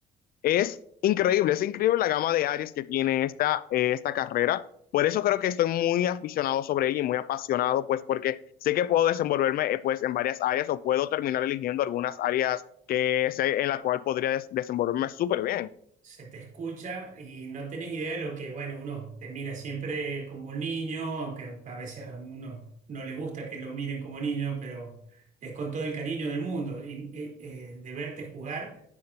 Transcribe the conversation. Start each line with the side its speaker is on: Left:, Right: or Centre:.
Left: Es increíble, es increíble la gama de áreas que tiene esta, eh, esta carrera. Por eso creo que estoy muy aficionado sobre ella y muy apasionado, pues porque sé que puedo desenvolverme eh, pues en varias áreas o puedo terminar eligiendo algunas áreas que sé en la cual podría des- desenvolverme súper bien.
Right: se te escucha y no tenés idea de lo que, bueno, uno te mira siempre como un niño, aunque a veces a uno no le gusta que lo miren como niño, pero es con todo el cariño del mundo y, eh, eh, de verte jugar